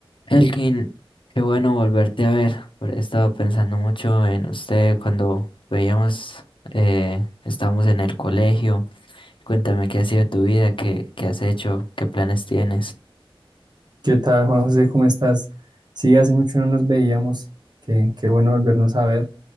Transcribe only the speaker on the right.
¿Qué tal, Juan José? ¿Cómo estás? Sí, hace mucho no nos veíamos. Qué, qué bueno volvernos a ver.